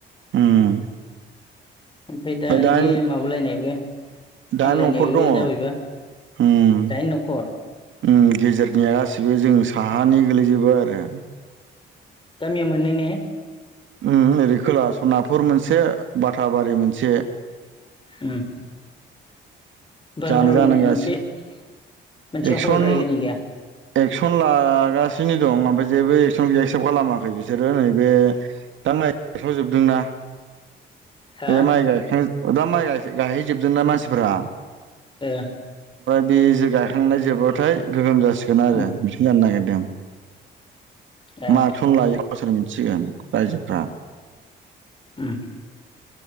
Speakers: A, on the right; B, on the left.
A: उम
B: ओमफाय दा
A: दाइन
B: इदि माबालायनायबो फानलायनायबो
A: दाइन न'खर दङ
B: जाबायबा
A: उम
B: जाय न'खर
A: उम गेजेरनिया गासैबो जों साहानि गोलैजोबो आरो
B: गामिया मोनै ने?
A: उम ओरै खोला सनापुर मोनसे बाथाबारि मोनसे
B: ह ब
A: जानो
B: हल
A: जानांगासिनो
B: मोनसे <unintelligible> मोनसे
A: एक्सन
B: हल रायजोनि गैया
A: एक्सन लागासि <unintelligible> सिनो दं ओमफ्राय जेबो एक्सन एक्सेप्ट खालामाखै बिसोरो नैबे दा माय गायसावजोबदोंना <unintelligible>
B: हा
A: बे माइ गायखां दा माइ गायहैजोबदों नना मानसिफ्रा
B: ए
A: बे जो गायखांनाय जोबाथाय गोगोम जासिगोन आरो
B: उम
A: मिथिं जानो नागिरदों
B: ए
A: माखौ लायो गावसोर मिथिसिगोन रायजोफ्रा <unintelligible>
B: उ <inaudible>